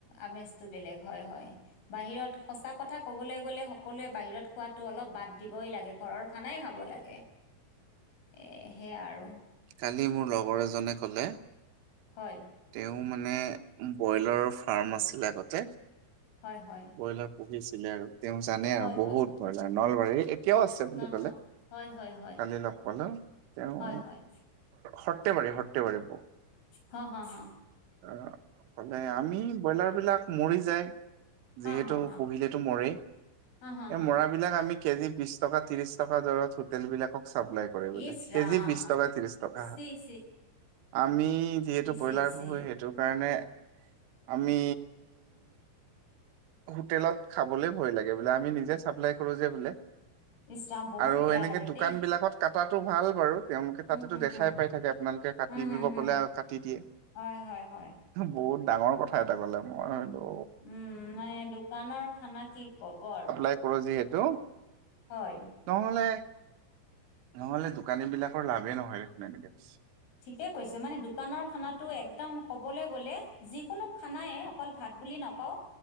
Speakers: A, on the left; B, on the right.
A: আমেজটো বেলেগ হয় হয়। বাহিৰত সঁচা কথা ক'বলে গ'লে সকলোৱে বাহিৰত খোৱাটো অলপ বাদ দিবই লাগে ঘৰৰ খানাই খাব লাগে। এ সেয়া আৰু।
B: কালি মোৰ লগৰ এজনে ক'লে
A: হয়।
B: তেওঁ মানে ব্ৰইলাৰৰ ফাৰ্ম আছিল আগতে।
A: হয় হয়।
B: ব্ৰইলাৰ পোহিছিলে আৰু তেওঁ জানে
A: হয়
B: আৰু বহুত
A: হয়
B: ব্ৰইলাৰ নলবাৰীৰ তেওঁ আছে বুলি
A: হা
B: ক'লে
A: হা হয় হয় হয়
B: কালি লগ পালো তেওঁ
A: হয় হয়
B: সৰ্থেবাৰী সৰ্থেবাৰী।
A: হা হা হা
B: অ ক'লে আমি ব্ৰইলাৰবিলাক মৰি যায়
A: হা
B: যিহেতু
A: হা
B: পোহিলেতো মৰেই
A: হা হা
B: এই
A: হা
B: মৰাবিলাক আমি কেজি বিশ টকা, ত্ৰিশ টকা দৰত হোটেলবিলাকক চাপ্লাই কৰে
A: ইচ
B: বোলে।
A: ৰাম
B: কেজি বিশ টকা, ত্ৰিশ টকা।
A: চি চি
B: আমি যিহেতু
A: চি
B: ব্ৰইলাৰ
A: চি
B: পোহো সেইটো কাৰণে আমি হোটেলত খাবলে ভয় লাগে বোলে আমি নিজে চাপ্লাই কৰো যে বোলে।
A: ইছ ৰাম বহুত
B: আৰু
A: বেয়া
B: এনেকে
A: লাগে
B: দোকানবিলাকত
A: দেই
B: কাটাটো ভাল বাৰু তেওঁলোকে তাতেটো
A: উম হুম
B: দেখাই
A: হুম
B: পাই থাকে আপোনালোকে কাটি
A: উম হুম
B: দিব
A: হুম
B: ক'লে আৰু কাটি দিয়ে।
A: হয় হয় হয়।
B: বহুত ডাঙৰ কথা এটা ক'লে মই হয়টো
A: উম, মানে দোকানৰ খানা কি ক'ব আৰু।
B: তেওঁ ক'লে যিহেতু
A: হয়।
B: নহ'লে নহ'লে দোকানীবিলাকৰ লাভে নহয় দেখোন এনেকে কৈছে।
A: ঠিকে কৈছে মানে দোকানৰ খানাটো একদম কবলে গ'লে যিকোনো খানায়ে অকল ভাত বুলি নকওঁ